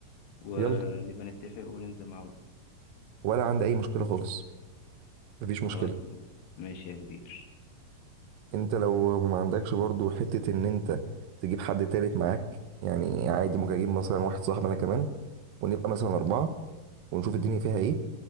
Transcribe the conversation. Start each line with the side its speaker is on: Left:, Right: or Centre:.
Left: ونبقى
Right: يلا
Left: نتفق وننزل مع بعض
Right: ولا عندي اي مشكله خالص مفيش
Left: حركنا
Right: مشكله
Left: ماشي يا كبير
Right: انت لو ما عندكش برضو حته ان انت تجيب حد تالت معاك يعني عادي ممكن اجيب مثلا واحد صاحبي انا كمان ونبقى مثلا اربعه ونشوف الدنيا فيها ايه